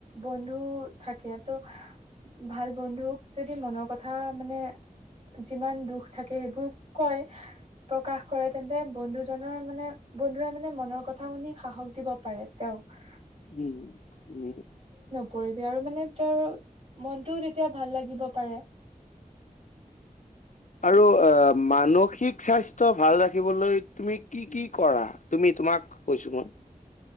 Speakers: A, on the right; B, on the left.
A: বন্ধু থাকে তো ভাল বন্ধুক যদি মনৰ কথা মানে যিমান দুখ থাকে সেইবোৰ কয় প্ৰকাশ কৰে তেন্তে বন্ধুজনৰ মানে বন্ধুৱে মানে মনৰ কথা শুনি সাহস দিব পাৰে তেওঁক
B: উম উম
A: পৰিবি আৰু মানে তেওঁৰ মনটোও তেতিয়া ভাল লাগিব পাৰে
B: আৰু আ মানসিক স্বাস্থ্য ভাল ৰাখিবলৈ তুমি কি কি কৰা তুমি তোমাক কৈছো মই